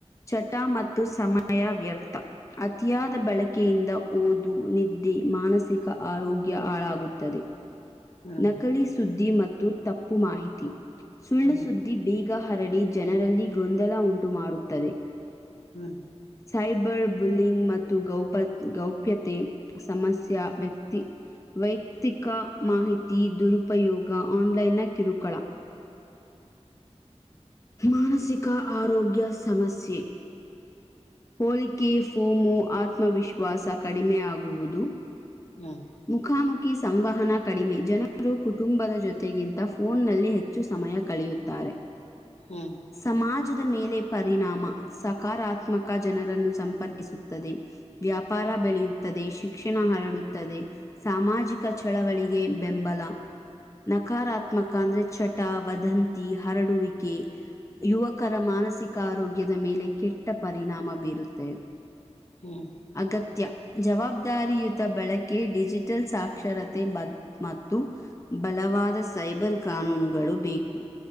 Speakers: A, on the left (about 25°); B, on the left (about 70°).
A: ಚಟ ಮತ್ತು ಸಮಯ ವ್ಯರ್ಥ ಅತಿಯಾದ ಬಳಕೆಯಿಂದ ಓದು ನಿದ್ದೆ ಮಾನಸಿಕ ಆರೋಗ್ಯ ಹಾಳಾಗುತ್ತದೆ
B: ಹ್ಮ್ ಹ್ಮ್
A: ನಕಲಿ
B: ಹ್ಮ್ ಹ್ಮ್
A: ಸುದ್ದಿ ಮತ್ತು ತಪ್ಪು ಮಾಹಿತಿ ಸುಳ್ಳು
B: ಹ್ಮ್
A: ಸುದ್ದಿ ಬೀಗ ಹರಡಿ ಜನರಲ್ಲಿ ಗೊಂದಲ ಉಂಟುಮಾುತ್ತದೆ
B: ಹ್ಮ್
A: ಸೈಬರ್ ಬುಲ್ಲಿಂಗ್ ಮತ್ತು ಗೌಪ್ಯ ಗೌಪ್ಯತೆ ಸಮಸ್ಯ ವ್ಯಕ್ತಿ ವೈಯಕ್ತಿಕ ಮಾಹಿತಿ ದುರುಪಯೋಗ ಆನ್ಲೈನ್ ಕಿರುಕುಳ ಮಾನಸಿಕ ಆರೋಗ್ಯ ಸಮಸ್ಯೆ ಹೋಲಿಕೆ ಫೋಮೋ ಆತ್ಮವಿಶ್ವಾಸ ಕಡಿಮೆ ಆಗುವುದು
B: ಹ್ಮ್
A: ಮುಖಾಮುಖಿ ಸಂವಹನ ಕಡಿಮೆ ಜನರು ಕುಟುಂಬದ ಜೊತೆಗಿಂತ ಫೋನ್ನ ನಲ್ಲಿ ಹೆಚ್ಚ ಹೆಚ್ಚು ಸಮಯ ಕಳೆಯುತ್ತಾರೆ
B: ಹ್ಮ್
A: ಸಮಾಜದ ಮೇಲೆ ಪರಿಣಾಮ ಸಕಾರಾತ್ಮಕ ಜನರನ್ನು ಸಂಪರ್ಕಿಸುತ್ತದೆ ವ್ಯಾಪಾರ ಬೆಳೆಯ ಶಿಕ್ಷಣ ಹರಡುತ್ತದೆ ಸಾಮಾಜಿಕ ಚಳವಳಿಗೆ ಬೆಂಬಲ ನಕಾರಾತ್ಮಕ ನೃಚ್ಚಟ ವದಂತಿ ಹರಡುವಿಕೆ ಯುವಕರ ಮಾನಸಿಕ ಆರೋಗ್ಯದ ಮೇಲೆ ಕೆಟ್ಟ ಪರಿಣಾಮ ಬೀರುತ್ತೆ
B: ಹ್ಮ್
A: ಅಗತ್ಯ ಜವಾಬ್ದಾರಿಯುತ ಬಳಕೆ ಡಿಜಿಟಲ್ ಸಾಕ್ಷರತೆ ಬದ ಮತ್ತು ಬಲವಾದ ಸೈಬರ್ ಕಾನೂನುಗಳು ಬೇಕು